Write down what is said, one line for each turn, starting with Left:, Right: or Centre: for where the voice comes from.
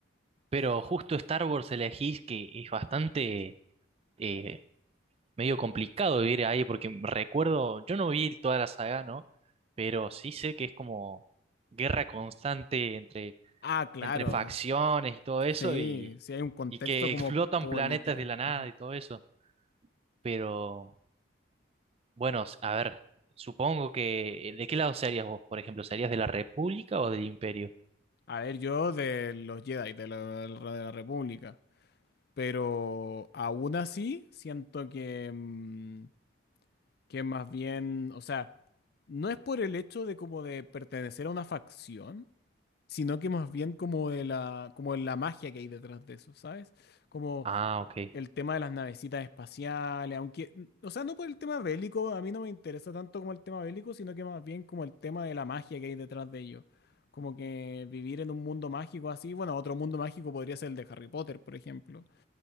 Right: pero justo Star Wars elegís que es bastante eh, medio complicado vivir ahí, porque recuerdo, yo no vi toda la saga, ¿no? Pero sí sé que es como guerra constante entre,
Left: Ah, claro.
Right: entre facciones y todo eso,
Left: Sí,
Right: y,
Left: sí hay un contexto
Right: y que
Left: como
Right: explotan
Left: político.
Right: planetas de la nada
Left: Ujú.
Right: y todo eso. Pero. Bueno, s- a ver, supongo que... eh, ¿De qué lado serías vos, por ejemplo? ¿Serías de la República o del Imperio?
Left: A ver, yo de los Jedi, de la, de la República, pero aún así siento que, mm, que más bien, o sea, no es por el hecho de como de pertenecer a una facción, sino que más bien como de la, como de la magia que hay detrás de eso, ¿sabes? Como
Right: Ah, ok.
Left: el tema de las navecitas espaciales, aunque, o sea, no por el tema bélico, a mí no me interesa tanto como el tema bélico, sino que más bien como el tema de la magia que hay detrás de ello. Como que vivir en un mundo mágico así, bueno, otro mundo mágico podría ser el de Harry Potter, por ejemplo,